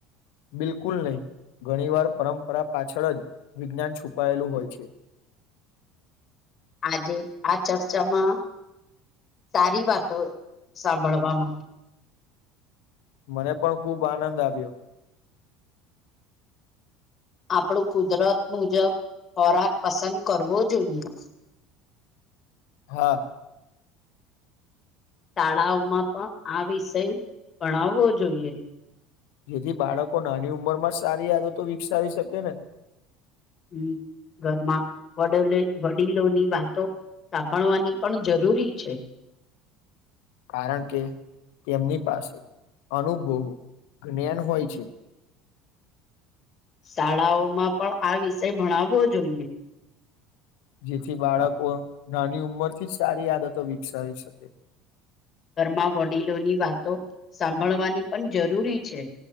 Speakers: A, on the left; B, on the left.
A: બિલકુલ નહી. ઘણી વાર પરંપરા પાછળ જ વિજ્ઞાન છુપાયેલું હોય છે.
B: આજે આ ચર્ચામાં સારી વાતો સાંભળવા મ
A: મને પણ ખૂબ આનંદ આવ્યો.
B: આપણું કુદરત મુજબ ખોરાક પસંદ કરવો જોઈએ. <inaudible>
A: હા.
B: શાળાઓમાં પણ આ વિષય ભણાવવો જોઈએ.
A: જેથી બાળકો નાની ઉંમર માં સારી આદતો વિકસાવી શકે ને.
B: હમ્મ ઘરમાં વ વડીલો ની વાતો સાંભળવાની પણ જરૂરી છે.
A: કારણ કે તેમની પાસે અનુભવું જ્ઞાન હોય છે.
B: શાળાઓમાં પણ આ વિષય ભણાવવો જોઈએ.
A: જેથી બાળકો નાની ઉંમરથી જ સારી આદતો વિકસાવી શકે.
B: ઘરમાં વડીલોની વાતો સાંભળવાની પણ જરૂરી છે.